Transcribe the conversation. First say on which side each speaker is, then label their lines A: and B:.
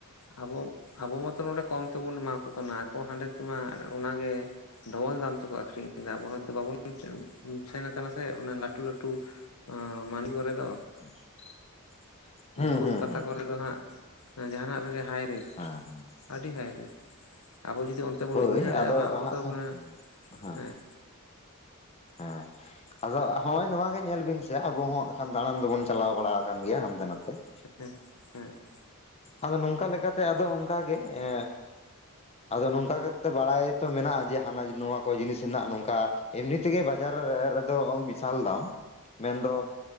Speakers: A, on the left; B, on the left.
A: ᱟᱵᱚ ᱟᱵᱚ ᱢᱟᱛᱚ ᱱᱚᱰᱮ ᱠᱚᱢ ᱛᱮᱵᱚᱱ ᱮᱢᱟᱠᱚ ᱠᱟᱱᱟ ᱟᱠᱚ ᱦᱟᱸᱰᱮ ᱛᱮᱢᱟ ᱚᱱᱟᱜᱮᱼᱼ ᱰᱚᱵᱚᱞ ᱫᱟᱢ ᱛᱮᱠᱚ ᱟᱠᱷᱨᱤᱧ ᱮᱫᱟ, ᱟᱵᱚ ᱦᱚᱭᱛᱚ ᱵᱟᱵᱚᱱ <unintelligible> ᱥᱮᱱ ᱠᱟᱱᱟ ᱥᱮ ᱚᱱᱟ ᱞᱟᱹᱴᱩ ᱞᱟᱹᱴᱩᱼᱼ ᱚᱸᱻ ᱢᱟᱰᱤ ᱠᱚᱨᱮ ᱫᱚ ᱾
B: <unintelligible> ᱦᱩᱸ
A: ᱠᱳᱞᱠᱟᱛᱟ
B: ᱦᱩᱸ ᱦᱩᱸ
A: ᱠᱚᱨᱮ ᱫᱚ ᱦᱟᱸᱜ ᱡᱟᱦᱟᱱᱟᱜ ᱨᱮᱜᱮ ᱦᱟᱭ ᱨᱮᱹᱴ ᱾
B: ᱟ ᱦᱩᱸ ᱾
A: ᱟᱹᱰᱤ ᱦᱟᱭ ᱨᱮᱴ ᱟᱵᱚ ᱡᱩᱫᱤ ᱚᱱᱛᱮ ᱵᱚᱱ
B: ᱦᱳᱭ
A: ᱤᱫᱤ ᱫᱟᱲᱮᱭᱟᱜᱼᱟ
B: ᱟᱫᱚ
A: ᱵᱟ ᱟᱵᱚ
B: ᱦᱟᱸᱜ
A: ᱫᱚ
B: ᱠᱷᱟᱱ
A: ᱢᱟᱱᱮ
B: ᱦᱮᱸ
A: ᱦᱮᱸᱼᱼ
B: ᱦᱮᱸ ᱾ ᱟᱫᱚ ᱱᱚᱜᱼᱚᱭ ᱱᱚᱣᱟ ᱜᱮ ᱧᱮᱞ ᱵᱤᱱ ᱥᱮ ᱟᱵᱚ ᱦᱚᱸᱜ ᱠᱷᱟᱱ ᱫᱟᱬᱟᱱ ᱫᱚᱵᱚᱱ ᱪᱟᱞᱟᱣ ᱵᱟᱲᱟ ᱟᱠᱟᱱ ᱜᱮᱭᱟ ᱦᱟᱱᱛᱮ ᱱᱟᱛᱮ ᱾
A: ᱦᱮᱸ ᱦᱮᱸ ᱾
B: ᱟᱫᱚ ᱱᱚᱝᱠᱟ ᱞᱮᱠᱟᱛᱮ ᱟᱫᱚ ᱚᱱᱠᱟ ᱜᱮ ᱮᱻ ᱟᱫᱚ ᱱᱚᱝᱠᱟ ᱠᱟᱛᱮ ᱵᱟᱲᱟᱭ ᱛᱚ ᱢᱮᱱᱟᱜᱼᱟ ᱡᱮ ᱦᱟᱱᱟ ᱱᱚᱣᱟ ᱠᱚ ᱡᱤᱱᱤᱥ ᱨᱮᱱᱟᱜ ᱱᱚᱝᱠᱟᱼᱼ ᱮᱢᱱᱤ ᱛᱮᱜᱮ ᱵᱟᱡᱟᱨᱻ ᱨᱮᱫᱚ ᱵᱤᱥᱟᱞ ᱫᱟᱢ ᱢᱮᱱᱫᱚ